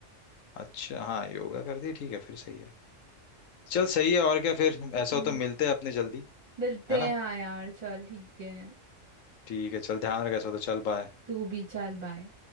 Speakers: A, on the left (about 80°); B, on the right (about 35°).
A: अच्छा हाँ योगा कर दी ठीक है फिर सही है चल सही है और क्या फिर ऐसा
B: हम्म
A: हो तो मिलते हैं अपने जल्दी
B: मिलते
A: है ना
B: हैं हाँ यार चल ठीक है
A: ठीक है चल ध्यान रख ऐसा तो चल बाय
B: तू भी चल बाय